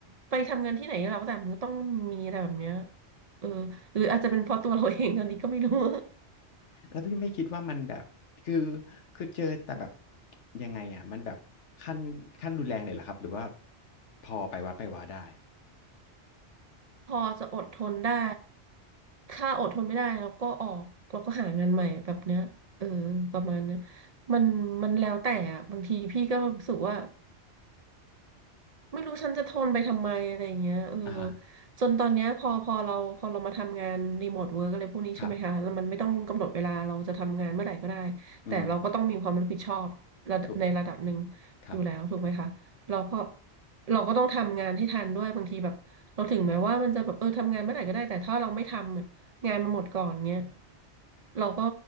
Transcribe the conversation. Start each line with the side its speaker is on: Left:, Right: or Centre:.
Right: ไปทำงานที่ไหนก็แล้วแต่มันก็ต้องมีอะไรแบบเนี้ยเออหรืออาจจะเป็นเพราะตัวเรา <laughs> เองตอนนี้ก็ไม่รู้
Left: แล้วพี่ไม่คิดว่ามันแบบคือคือเจอแต่แบบยังไงอ่ะมันแบบขั้นขั้นรุนแรงเลยเหรอครับหรือว่าพอไปวัดไปวาได้
Right: พอจะอดทนได้ถ้าอดทนไม่ได้เราก็ออกเราก็หางานใหม่แบบเนี้ยเออประมาณนั้นมันมันแล้วแต่อะบางทีพี่ก็รู้สึกว่า ไม่รู้ฉันจะทนไปทำไมอะไรอย่างเงี้ยเออ
Left: อ่าฮะ
Right: จนตอนเนี้ยพอพอเราพอเรามาทำงานรีโมทเวิร์กอะไรพวกนี้ใช่ไหมคะแล้วมันไม่ต้องกำหนดเวลาเราจะทำงานเมื่อไหร่ก็ได้
Left: ครับอือฮึ
Right: แต่เราก็ต้องมีความรับผิดชอบระดับในระดับหนึ่ง
Left: ถูกครับ
Right: อยู่แล้วถูกไหมคะเราก็เราก็ต้องทำงานให้ทันด้วยบางทีแบบเราถึงแม้ว่ามันจะแบบเออทำงานเมื่อไหร่ก็ได้แต่ถ้าเราไม่ทำอะงานมันหมดก่อนเงี้ยเราก็